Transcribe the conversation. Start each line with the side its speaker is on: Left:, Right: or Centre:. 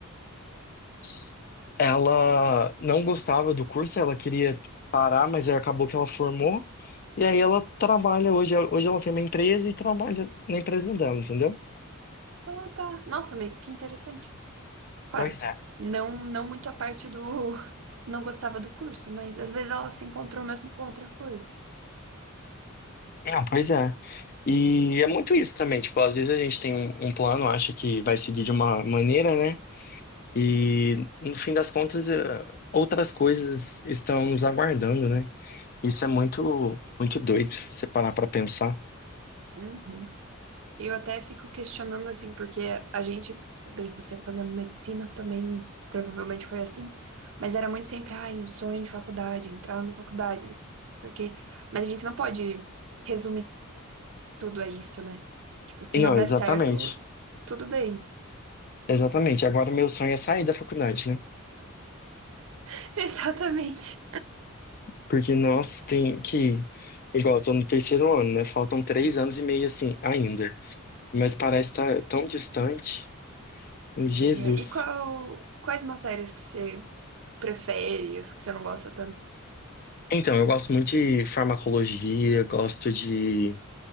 Left: s- ela não gostava do curso, ela queria parar, mas aí acabou que ela formou. E aí ela trabalha hoje, hoje ela tem uma empresa e trabalha na empresa dela, entendeu?
Right: Ah, tá. Nossa, mas que interessante. Claro,
Left: Pois é.
Right: não, não muito a parte do <laughs> não gostava do curso, mas às vezes ela se encontrou mesmo com outra coisa.
Left: Não, pois é. E é muito isso também, tipo, às vezes a gente tem um, um plano, acha que vai seguir de uma maneira, né? E no fim das contas, eh, outras coisas estão nos aguardando, né? Isso é muito, muito doido, se você parar pra pensar.
Right: Uhum. Eu até fico questionando assim, porque a gente, bem, você fazendo medicina também provavelmente foi assim, mas era muito sempre, ai, um sonho de faculdade, entrar na faculdade, não sei o quê. Mas a gente não pode resumir tudo a isso, né? Tipo, se
Left: Não,
Right: não der
Left: exatamente.
Right: certo, tudo bem.
Left: Exatamente. Agora meu sonho é sair da faculdade, né?
Right: <laughs> Exatamente.
Left: Porque, nossa, tem que. Igual, eu tô no terceiro ano, né? Faltam três anos e meio assim, ainda. Mas parece estar tão distante. Jesus.
Right: E e qual, quais matérias que você prefere, as que você não gosta tanto?
Left: Então, eu gosto muito de farmacologia, gosto de